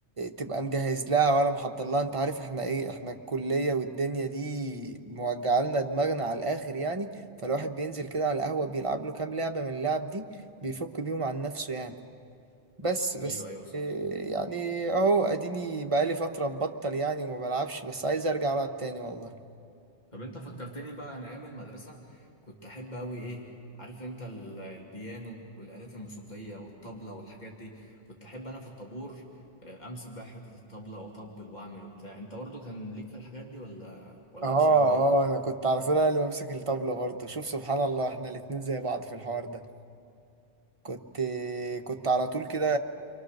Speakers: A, on the right; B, on the left.
A: تبقى مجهز لها ولا محضر لها أنت عارف إحنا إيه إحنا الكلية والدنيا دي موجعة لنا دماغنا على الآخر يعني فالواحد بينزل كده على القهوة بيلعب له كام لعبة من اللعب دي بيفك بيهم عن نفسه يعني بس بس
B: ايوه ايوه صح
A: إيه، يعني اهو اديني بقالي فترة مبطل يعني وما بلعبش بس عايز ارجع العب تاني والله
B: طب انت فكرتني بقى انا ايام المدرسه كنت احب قوي ايه عارف انت ال- البيانو والالات الموسيقيه والطبله والحاجات دي كنت احب انا في الطابور آه، امسك بقى حته الطبله واطبل واعمل وبتاع انت برضو كان ليك في الحاجات دي ولا ولا
A: اه
B: مش قوي
A: اه
B: يعني
A: انا كنت على طول أنا اللي بمسك الطبلة برضه شوف سبحان الله احنا الاتنين زي بعض في الحوار ده كنت كنت على طول كده